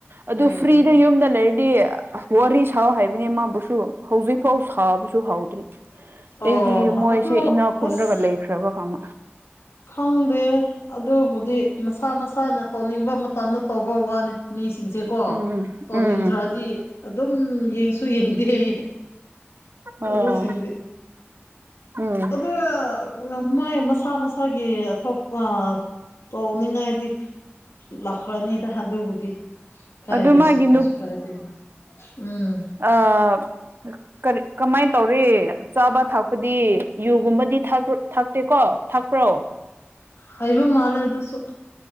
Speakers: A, on the right; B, on the left.
A: ꯑꯗꯨ
B: ꯎꯝ
A: ꯐ꯭ꯔꯤꯗ
B: ꯎꯝ
A: ꯌꯨꯝꯗ ꯂꯩꯔꯗꯤ ꯋꯥꯔꯤ ꯁꯥꯎ ꯍꯥꯏꯕꯅꯦ ꯃꯥꯕꯨꯁꯨ ꯍꯧꯖꯤꯛ ꯐꯥꯎ ꯁꯥꯕꯁꯨ ꯍꯧꯗ꯭ꯔꯤ ꯑꯩꯗꯤ
B: ꯑꯣ
A: ꯃꯣꯏꯁꯦ
B: ꯑꯗꯨ
A: ꯏꯅꯥ ꯈꯨꯟꯔꯒ
B: ꯑꯁ
A: ꯂꯩꯈ꯭ꯔꯕ ꯈꯪ
B: ꯈꯪꯗꯦ ꯑꯗꯨꯕꯨꯗꯤ ꯃꯁꯥ ꯃꯁꯥꯅ ꯇꯧꯅꯤꯡꯕ ꯃꯇꯝꯗ ꯇꯧꯕ ꯋꯥꯅꯤ ꯃꯤꯁꯤꯡꯁꯦꯀꯣ
A: ꯎꯝ
B: ꯇꯧꯅꯤꯡꯇ꯭ꯔꯗꯤ
A: ꯎꯝ
B: ꯑꯗꯨꯝ ꯌꯦꯡ ꯌꯦꯡꯗꯤꯌꯦ
A: ꯑꯣ
B: ꯑꯗꯨ ꯁꯤꯡꯗꯤ
A: ꯎꯝ
B: ꯑꯣꯗ ꯃꯣꯏ ꯃꯁꯥ ꯃꯁ ꯁꯥꯒꯤ ꯑꯊꯣꯛꯄ ꯇꯧꯅꯤꯡꯉꯥꯏꯗꯤ ꯂꯥꯛꯈ꯭ꯔꯅꯤꯗ ꯑꯗꯨꯕꯨꯗꯤ ꯀꯥꯏꯗꯦꯁꯨ
A: ꯑꯗꯨ ꯃꯥꯒꯤ
B: ꯀꯩꯁꯨ ꯀꯥꯏꯗꯦ ꯎꯝ
A: ꯑꯥ ꯀꯔꯤ ꯀꯃꯥꯏꯟ ꯇꯧꯔꯤ ꯆꯥꯕ ꯊꯛꯄꯗꯤ ꯌꯨꯒꯨꯝꯕꯗꯤ ꯊꯛ <unintelligible> ꯊꯥꯛꯇꯦꯀꯣ ꯊꯥꯛꯄ꯭ꯔꯣ
B: ꯍꯩꯕꯥ ꯃꯥꯂꯦ ꯑꯗꯨꯁꯨ